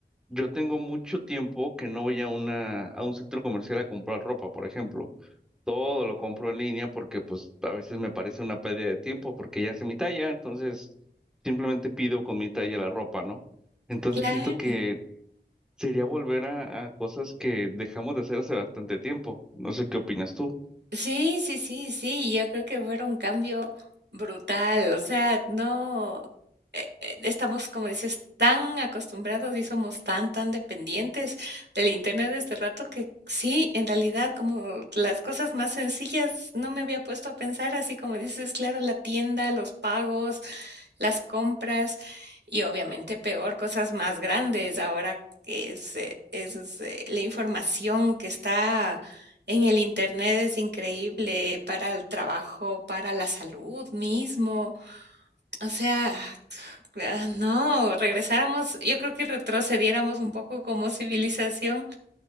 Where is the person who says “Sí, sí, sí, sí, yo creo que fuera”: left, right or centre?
Right